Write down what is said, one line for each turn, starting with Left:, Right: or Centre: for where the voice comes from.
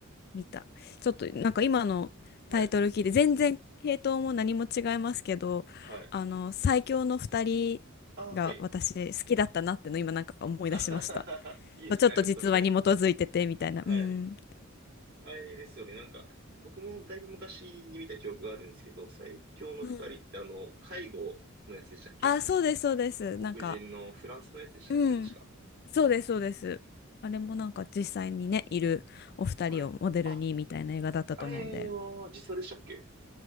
Left: 見た。ちょっとなんか今のタイトル聞いて、
Right: はい。
Left: 全然系統も何も違いますけど、
Right: はい。
Left: あの、最強の二人
Right: ああ、
Left: が私好きだったなっての今なんか思い出しました。
Right: はい。<laughs> あははは。いいですね。
Left: ちょっと実話に基づいててみたいな。
Right: でも確かに。はい。
Left: うん。
Right: あれですよね。なんか、僕もだいぶ昔に見た記憶があるんですけど、最強の二人ってあの、
Left: うん
Right: 介護のやつでしたっけ
Left: あ、そうです、そうです。
Right: 黒人のフランスのやつでしたよね、
Left: なんか、うん。
Right: 確か。
Left: そうです、そうです。あれもなんか実際にね、いるお二人をモデルにみたいな映画だったと思うんで。
Right: はい。あ、あれは実話でしたっけ